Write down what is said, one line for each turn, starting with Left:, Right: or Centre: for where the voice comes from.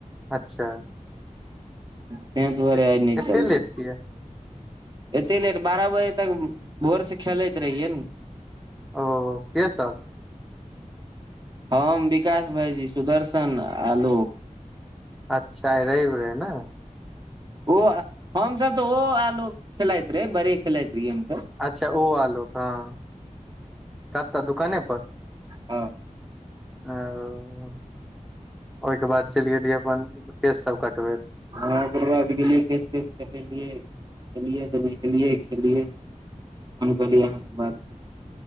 Centre: अच्छा
Right: तेंंऽ दुआरे
Centre: ए-
Right: आय नैय
Centre: एते
Right: चलयै
Centre: लेट किया
Right: एते लेट बारह बजे तक भोर स खेलैत रहियै न
Centre: ओ के सब
Right: हम विकाश भाईजी सुदर्शन आलोक
Centre: अच्छा आय रैब रहैय ने
Right: ओ हम सब तऽ ओ आलोक खेलाइत रहै बड़े खेलाइत रहैय
Centre: अच्छा ओ आलोक हँ कतऽ दुकाने प
Right: हँ
Centre: आ ओ ओहिके बाद चैलिगेलियै अपन केस सब कटबै
Right: आहाँ जरिया स गेलियै केस - तेस कटेलियै गेलियै खेलियै हम कहलियै अहाँ से बात <unintelligible>